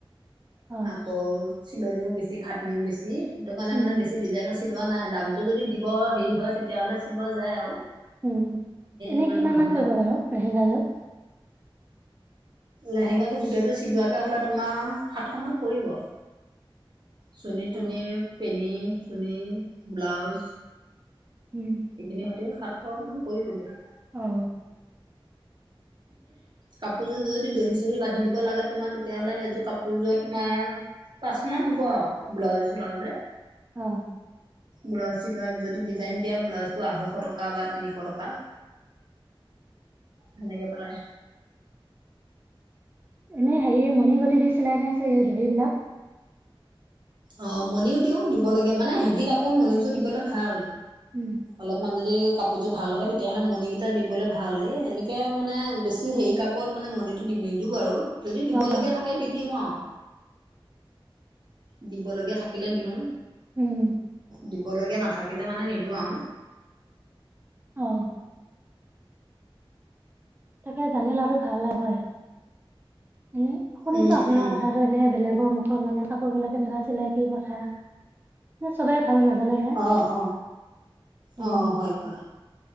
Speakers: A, on the right; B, on the right.
A: অ
B: আকৌ চিলনিও বেছি খাটনিও বেছি, সেইটো কাৰণে
A: উম
B: মানে বেছি ডিজাইনৰ চিলোৱা নাই দামটো যদি দিব হেৰি হয় তেতিয়া হ'লে চিলোৱা যায় আৰু।
A: উম, এনেই
B: ইমান
A: কিমান
B: নহয়
A: মান পৰিব
B: আৰু
A: বাৰু লেহেংগাযোৰ?
B: লেহেংগাযোৰ গোটেইযোৰ চিলোৱাকে হলে তোমাৰ সাতশ মান পৰিব। চুনী- টোনী,
A: অ
B: পেনি, চুনি ব্লাউজ।
A: উম
B: এইখিনি সতে সাতশ মান পৰিবগে।
A: অ
B: কাপোৰযোৰোৰ যদি দহি চহি বান্ধি দিব লাগে তোমাৰ তেতিয়া হ'লে সেইযোৰ কাপোৰযোৰ তোমাৰ পাঁচ মান হ'ব আৰু ব্লাউজে চালাউজে।
A: অ
B: ব্লাউজ চিলোৱা যদি ডিজাইন দিয়া ব্লাউজটো আঢ়ৈশ টকা বা তিনিশ টকা। সেনেকে পেলাই।
A: এনেই হেৰি মণিগুটি দি চিলাই নে দহি বিলাক।
B: অ মণিও দিওঁ, দিবলগীয়া মানে হেভি কাপত মণিযোৰ দিবলে ভাল।
A: উম
B: অলপমান যদি কাপোৰযোৰ ভাল হয় তেতিয়াহ'লে মণিকেইটা দিবলে ভাল, এই এনেকে মানে বেছি হেৰি কাপ ৰত মানে মণিটো দি নিদি বাৰু, যদি দিবলগীয়া
A: অ
B: থাকে দি দিওঁ আৰু। দিবলগীয়া থাকিলে দিওঁ,
A: উম
B: দিবলগীয়া নাথাকিলে মানে নিদওঁ আৰু।
A: অ। তাকে, জানি লোৱাটো ভাল আৰু হয়। এ, শুনিছো
B: উম
A: আপোনাৰ
B: উম
A: কথাটো। মানে বেলেগৰ মুখত মানে কাপোৰ বিলাক কেনেকা চিলাই কি কথা, চবে ভাল নাজানে সেইকাৰণে
B: অ অ অ হয় হয়